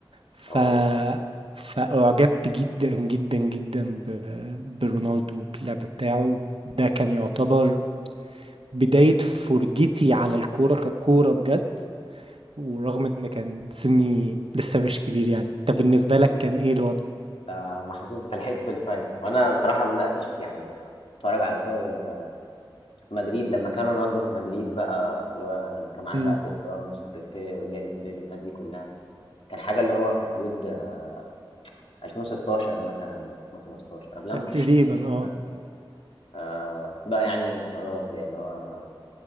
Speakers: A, on the right; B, on the left.
A: ف
B: او
A: فأعجبت جدا جدا جدا ب... برونالدو وباللعب بتاعه ده كان يعتبر بداية فرجتي على الكورة ككورة بجد ورغم ان كان سني لسه مش كبير يعني طب بالنسبة لك كان ايه الوضع؟
B: آه، محظوظ انت لحقت في البرايم وانا بصراحة ما بدأتش يعني اتفرج على الكورة غير مدريد لما كان رونالدو في مدريد بقى اللي هو لما كان معانا
A: امم
B: بقى سيرخيو راموس وبيبي وجاريث بيل والناس دي كلها كان حاجة اللي هو في حدود آه، 2016 مثلا 2015 قبلها
A: تقريبا
B: ما كنتش كنتش مهتم
A: اه
B: آه كنت بقى يعني خلاص يعني اللي هو